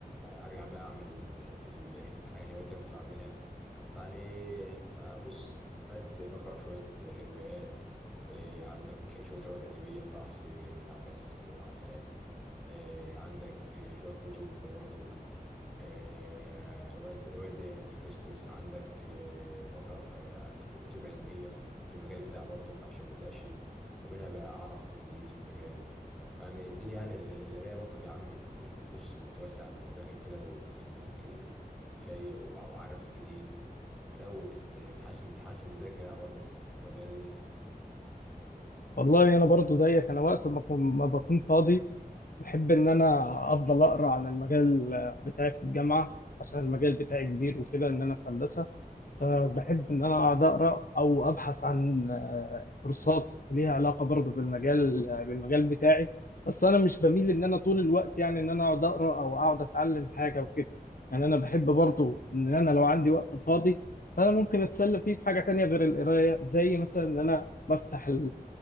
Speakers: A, in the centre; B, on the left.
A: أرجع بقى أعمل ال- الحاجة الهوايات اللي أنا كنت بعملها فيعني فبص بقيت بقرأ شوية آه، روايات آه، عندك شوية روايات أدبية لطه حسين عباس آه، عقاد آه، عندك آه، شوية كتب برضك آه، روايات روايات زي أنتي خريستوس عندك آه، بقرأ آه، كت- كتب علمية في المجال بتاعي برضو عشان مزهقش ومنها بقى أعرف الجديد في المجال فيعني الدنيا يعني ال- القراية برضو يا عم بت- بص بتوسع من مداركك كده وبتخليك آه، فايق وع- وعارف جديد لا وبتحسن تحسن مزاجك كده برضو ولا إيه دنيتك
B: والله انا برضو زيك انا وقت ما بكون ما بكون فاضي بحب ان انا افضل اقرا عن المجال بتاعي في الجامعه عشان المجال بتاعي كبير وكده ان انا في هندسه فبحب ان انا اقعد اقرا او ابحث عن آه، كورسات ليها علاقه برضو بالمجال بالمجال بتاعي بس انا مش بميل ان انا طول الوقت يعني ان انا اقعد اقرا او اقعد اتعلم حاجه وكده يعني انا بحب برضو ان انا لو عندي وقت فاضي فانا ممكن اتسلى فيه في حاجه تانية غير القرايه زي مثلا ان انا بفتح